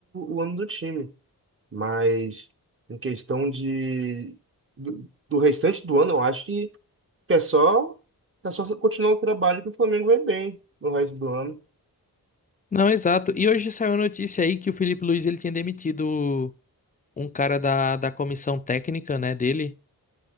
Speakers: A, on the right; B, on the left.
A: o ano do time. Mas, em questão de. Do, do restante do ano, eu acho que, que é só. É só continuar o trabalho que o Flamengo vai bem no resto do ano.
B: Não, exato. E hoje saiu a notícia aí que o Felipe Luiz ele tinha demitido um cara da, da comissão técnica, né, dele.